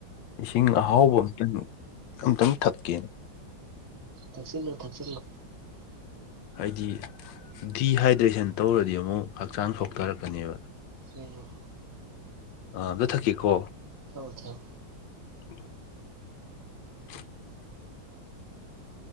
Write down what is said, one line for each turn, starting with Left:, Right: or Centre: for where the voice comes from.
Left: ꯏꯁꯤꯡ ꯑꯍꯥꯎꯕ ꯑꯝꯇꯪ ꯑꯝꯇꯪ ꯊꯛꯀꯦꯅ
Right: ꯊꯛꯆꯤꯜꯂꯣ ꯊꯛꯆꯤꯜꯂꯣ
Left: ꯍꯥꯏꯗꯤ ꯗꯤꯍꯥꯏꯗ꯭ꯔꯦꯁꯟ ꯇꯧꯔꯗꯤ ꯑꯃꯨꯛ ꯍꯛꯆꯥꯡ ꯁꯣꯛꯊꯔꯛꯀꯅꯦꯕ
Right: ꯎꯝ
Left: ꯑꯥ ꯑꯃꯇ ꯊꯛꯀꯦꯀꯣ
Right: ꯊꯛꯑꯣ ꯊꯛꯑꯣ
Left: <inaudible>